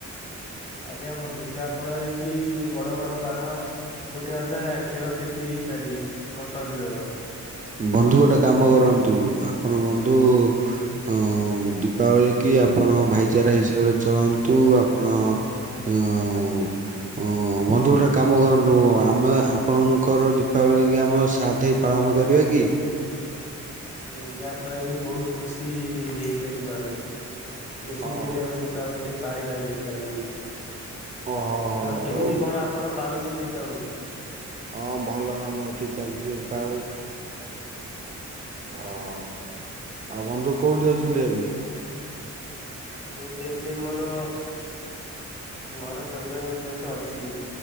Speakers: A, on the left (about 20°); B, on the right (about 25°).
A: ଆଜ୍ଞା ବନ୍ଧୁ ଯାହା ଫଳରେ କି ବଡ ବଡ ବାଣ ଫୁଟେଇବା ଦ୍ୱାରା କ୍ଷୟକ୍ଷତି ହେଇପାରେବି ଆମ ଶରୀରର।
B: ବନ୍ଧୁ ଗୋଟେ କାମ କରନ୍ତୁ ଆପଣ ବନ୍ଧୁ ଉଁ ଦୀପାବଳିକି ଆପଣ ଭାଇଚାରା ହିସାବରେ ଚଳାନ୍ତୁ ଆପଣ ଅଁ-ଅଁ-ବନ୍ଧୁ ଗୋଟେ କାମ କରନ୍ତୁ ଆମେ ଆପଣଙ୍କର ଦୀପାବଳି କି ଆମର ଶାଧେ ପାଳନ କରିବା କି?
A: ଏଣୁ ଯାହାଫଳରେ ବି ବୋହୁତ ଖୁସି ଇ ହେଇପାରିବୁ ଆମେ। ମିଶିକି
B: ହଉ
A: ଯଦି ଆମେ ଦୀପାବଳି ଟେ ପାଳିବା ଯେହେତୁ ଆଗକୁ
B: ହଉ ଓ ହଉ ହଉ
A: ଆଉ କେମିତି
B: ହଉ
A: କଣ ଆପଣ ପାଳୁଛନ୍ତି ଦୀପାବଳି
B: ହଁ ଭଲ ଆ ମୁଁ ଏଠିକି ଚାଲିଛି ଦୀପାବଳି ଓହୋ ଆଉ ବନ୍ଧୁ କୋଉଠି ଅଛନ୍ତି ଏବେ।
A: ମୁଁ ତ ଏବେ ମୋର ଗରମ ପରିବାରଂକ ସହିତ ଅଛି।